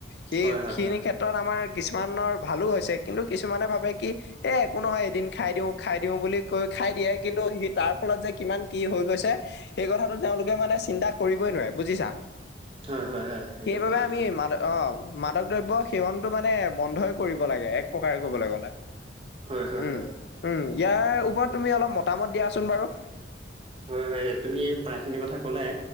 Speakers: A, on the left; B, on the right.
A: সেই
B: হয় হয় হয়
A: খিনি ক্ষেত্ৰত আমাৰ কিছুমানৰ ভালো হৈছে কিন্তু কিছুমানে ভাবে কি এ একো নহয় এদিন খাই দিওঁ খাই দিওঁ বুলি কৈ খাই দিয়ে কিন্তু সি তাৰ ফলত যে কিমান কি হৈ গৈছে সেই কথাটো তেওঁলোকে মানে চিন্তা কৰিবই নোৱাৰে বুজিছা
B: হয় হয় হয় হয় একদম
A: সেইবাবে
B: ঠিক কথা
A: আমি
B: হয়
A: মান অ মাদক দ্ৰব্য সেৱনতটো মানে বন্ধই কৰিব লাগে এক প্ৰকাৰে কবলৈ গ'লে
B: হয় হয়
A: উম
B: হয়
A: উম ইয়াৰ ওপৰত তুমি অলপ মতামত দিয়াচোন বাৰু
B: হয় হয় তুমি প্ৰায়খিনি কথা ক'লাই